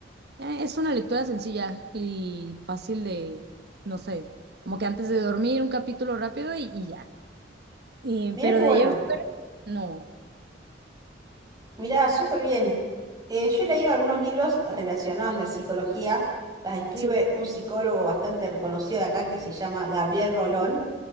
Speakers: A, on the right; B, on the right.
A: eh, es una lectura sencilla y fácil de, no sé, como que antes de dormir un capítulo rápido y, y ya. Y-
B: mira
A: pero
B: qué
A: de
B: bueno,
A: ahí en fuera, no.
B: mira súper bien. Eh, yo he leído algunos libros relacionados a la psicología. Las escribe
A: Sí.
B: un psicólogo bastante reconocido de acá que se llama Gabriel Rolón.